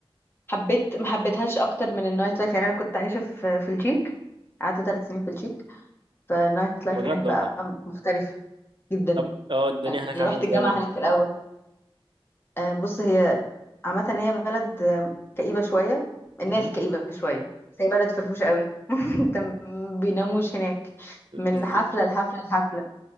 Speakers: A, on the left (about 25°); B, on the right (about 55°).
A: حبيت ما حبيتهاش اكتر من النايت لايف يعني انا كنت عايشه في في التشيك قعدت ثلاث سنين في التشيك فالنايت لايف
B: بجد
A: هناك بقى
B: والله
A: مختلف جدا
B: طب اه الدنيا
A: انا
B: هناك عاملة
A: رحت
B: ازاي
A: الجامعه
B: بقى؟
A: هناك الاول آه، بص هي عامه هي بلد آه، كئيبه شويه الناس
B: مم؟
A: كئيبه شويه بس هي بلد فرفوشه قوي <laughs> انت ما بيناموش هناك من
B: إز...
A: حفله لحفله لحفله